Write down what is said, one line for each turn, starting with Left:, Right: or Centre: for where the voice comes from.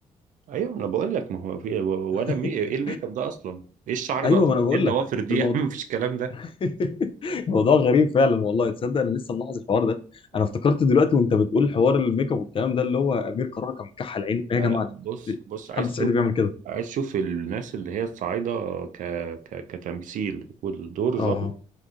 Right: أيوه أنا بقول لك ما هو في ولا
Left: <laughs>
Right: مي... إيه الميك اب ده أصلا؟ إيه الشعر
Left: أيوه
Right: ده أصلا؟
Left: ما أنا بقول
Right: إيه الضوافر
Left: لك
Right: دي؟
Left: الموضوع
Right: <laughs> مفيش الكلام
Left: <laughs> الموضوع غريب فعلا والله تصدق أنا لسه ملاحظ الحوار ده
Right: ده
Left: أنا افتكرت دلوقتي وأنت بتقول حوار الميك اب والكلام ده اللي هو أمير كرارة كان مكحل عينه إيه
Right: لا
Left: يا جماعة
Right: لا
Left: ده؟
Right: بص
Left: مفيش
Right: بص عايز
Left: حد صعيدي
Right: تشوف
Left: بيعمل كده
Right: عايز تشوف الناس اللي هي الصعايدة ك... ك... كتمثيل والدور ظابط
Left: اه